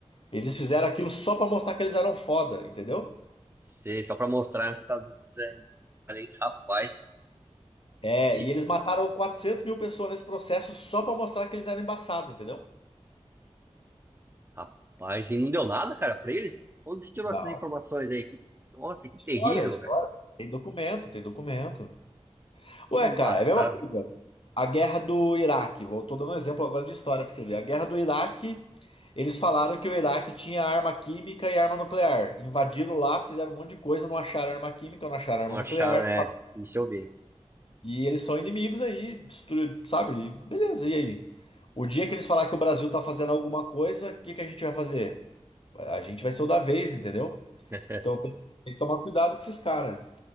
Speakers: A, on the left (about 55°); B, on the right (about 20°).
A: Eles fizeram aquilo só para mostrar que eles eram foda, entendeu?
B: Sei, só pra mostrar que tá dizendo. Falei, rapaz,
A: É,
B: e,
A: e eles mataram 400 mil pessoas nesse processo só pra mostrar que eles eram embaçados, entendeu?
B: rapaz, e não deu nada, cara, pra eles? Onde se tirou
A: Não.
B: essas informações aí? Que- nossa, que terrível,
A: História, história.
B: velho.
A: Tem documento, tem documento.
B: Que
A: Ué,
B: embaçado.
A: cara, é a mesma coisa. A guerra do Iraque, vou tô dando um exemplo agora de história pra você ver. A guerra do Iraque, eles falaram que o Iraque tinha arma química e arma nuclear. Invadiram lá, fizeram um monte de coisa, não acharam arma química, não acharam arma
B: Não acharam,
A: nuclear.
B: é, isso eu vi.
A: E eles são inimigos aí, destru- sabe? E Beleza, e aí? O dia que eles falar que o Brasil tá fazendo alguma coisa, o que que a gente vai fazer? A gente vai ser o da vez, entendeu?
B: <laughs>
A: Então tem, tem que tomar cuidado com esses caras.